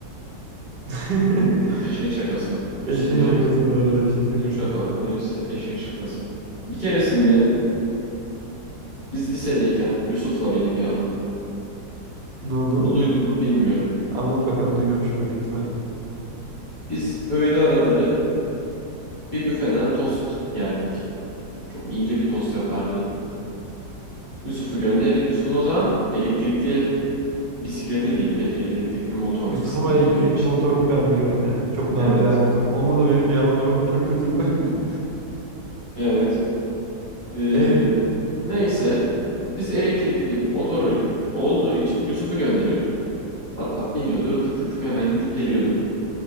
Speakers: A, on the right (about 75°); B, on the left (about 40°).
A: <laughs>
B: Bunda da eşek şakası. Yusuf'un
A: Eşek
B: yaptığı
A: şakası bu arada
B: bütün,
A: eşek şakası.
B: bütün şakaların hepsi eşek şakası. Bir keresinde biz lisedeyken Yusuf'la benim bir anım.
A: Ne oldu?
B: Bunu duydun mu bilmiyorum.
A: Anlat bakalım duymamışımdır büyük ihtimalle.
B: Biz öğle araları bir büfeden tost yerdik. Çok ince bir tost yapardı. Yusuf'u gönderirdik. Yusuf'un o zaman elektrikli bisikleti diyeyim. E- Elektrikli motor
A: Yusuf'un
B: bisikleti
A: o elektrikli
B: öyle bir şey.
A: motorunu ben biliyorum ya. Çok namıdiğer
B: Evet.
A: motor. Onunla da benim bir anım var. O da çok kötüydü. <laughs>
B: Evet. Ee,
A: E,
B: neyse. Biz elektrikli motoru olduğu için Yusuf'u gönderiyorduk. Pat pat biniyordu. Tık tık tık hemen gidip geliyordu.